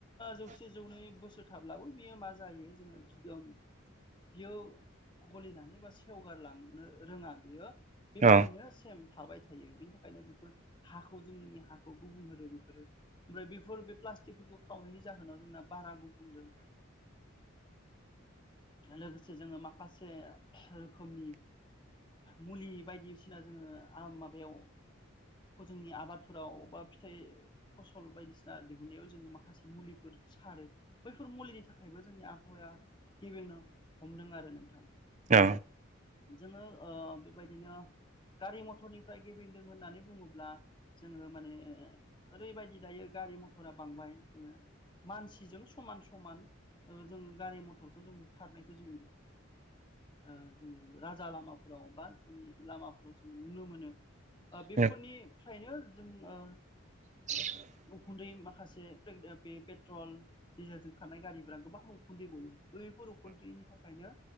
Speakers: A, on the left; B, on the right.
A: जौसे जौनै बोसोर थाब्लाबो बियो मा जायो जोङो गिदम बियो गलिनानै बा सेव फुआरलांनो रोङा बियो बेबायदिनो
B: अ
A: सेम। थाबाय थायो बेनि थाखायनो बेफोर हाखौ जोंनि हाखौ गुबुं होदो बेफोरो। ओमफ्राय बेफोर बे प्लास्टिकफोरखौ खावनायनि जाहोनाव जोंना बारा गुबुंदों लोगोसे जोङो माखासे रोखोमनि। मुलि बायदिसिना जोङो माबायाव जोंनि आबादफोराव बा फिथाइ फसल बायदिसिना दिहुननायाव जोङो माखासे मुलिफोर सारो बैफोर मुलिनि थाखायबो जोंनि आबहावाया गेबेंनो हमदों आरो नोंथां।
B: औ।
A: जोङो ओ बेबायदिनो गारि मथरनिफ्राय गेबें दों होननानै बुङोब्ला जोङो माने ओरैबायदि दायो गारि मथरा बांबाय जोङो। मानसिजों समान समान जोङो गारि मथरखौ जों खारनायखौ जों ओ उम राजा लामाफोराव बा जोंनि लामाफोराव जोङो नुनो मोनो बा बेफोरनि।
B: औ
A: बेनिखायनो जों ओ
B: <inaudible>
A: उखुन्दै माखासे बे पेट्रल डिजेलजों खारनाय गारिफोरा गोबां उखुन्दै गयो बैफोर उखुन्थ्रिनि थाखायनो